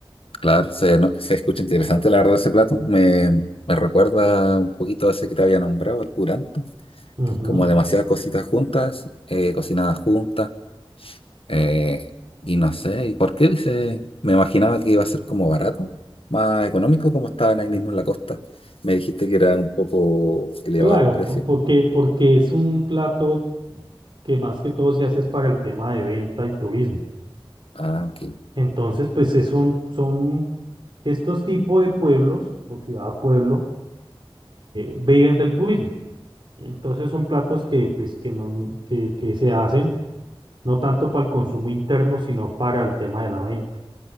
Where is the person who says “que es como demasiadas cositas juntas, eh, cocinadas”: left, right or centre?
Left